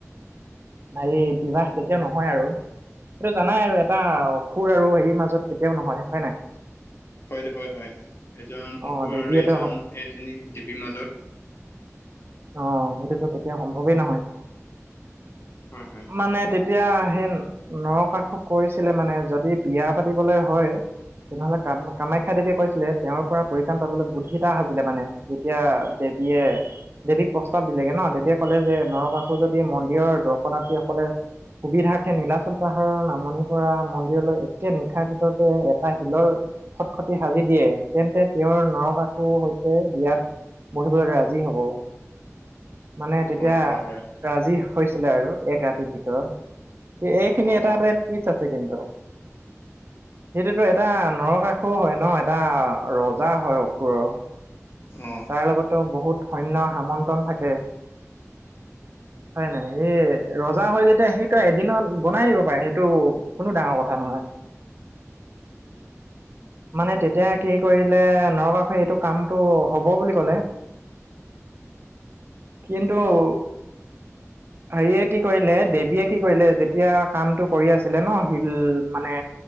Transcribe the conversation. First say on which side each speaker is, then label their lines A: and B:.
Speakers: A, on the right; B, on the left.
A: হেৰি বিবাহ কেতিয়াও নহয় আৰু সেইটো জানাই আৰু এটা সুৰ আৰু হেৰিৰ মাজত কেতিয়াও নহয় হয় নে নাই।
B: হয় দে হয় হয়। এজন
A: অ
B: অসুৰ
A: দেৱীয়েতো
B: আৰু এজন এজনী দেৱীৰ মাজত
A: অ' সেইটোতো কেতিয়াও সম্ভৱেই নহয়
B: হয় হয়
A: মানে তেতিয়া সেই নৰকাসুৰক কৈছিলে মানে যদি বিয়া পাতিবলৈ হয় তেনেহ'লে কামাখ্যা দেৱীয়ে কৈছিলে তেওঁৰ পৰা পৰিত্ৰাণ পাবলৈ বুদ্ধি এটা সাজিলে মানে যেতিয়া দেৱীয়ে দেৱীক প্ৰস্তাৱ দিলেগে ন, দেৱীয়ে ক'লে যে নৰকাসুৰে যদি মন্দিৰৰ দৰ্শনাৰ্থীসকলে সুবিধাৰ্থে নীলাচল পাহাৰৰ নামনিৰ পৰা মন্দিৰলৈ একে নিশাৰ ভিতৰতে এটা শিলৰ খটখটি সাজি দিয়ে তেন্তে তেওঁৰ নৰকাসুৰৰ সৈতে বিয়াত বহিব লে ৰাজী হ'ব। মানে
B: অ
A: তেতিয়া
B: অ হয় হয়
A: ৰাজী হৈছিলে আৰু এক ৰাতিৰ ভিতৰত এইখিনি
B: অ
A: এটাতে
B: অ
A: টুইষ্ট আছে কিন্তু সেইটোতো এটা নৰকাসুৰ হয় ন এটা ৰজা হয় অসুৰৰ
B: অ
A: তাৰ লগততো বহুত সৈন্য সামন্ত্ৰন থাকে। হয় নাই? সি ৰজা হয় যেতিয়া সিটো এদিনত বনাই দিব পাৰে সেইটো কোনো ডাঙৰ কথা নহয়। মানে তেতিয়া কি কৰিলে নৰকাসুৰে এইটো কাম এইটো হ'ব বুলি ক'লে কিন্তু <inaudible> হেৰিয়ে কি কৰিলে দেৱীয়ে কি কৰিলে যেতিয়া কামটো কৰি আছিলে ন শিল মানে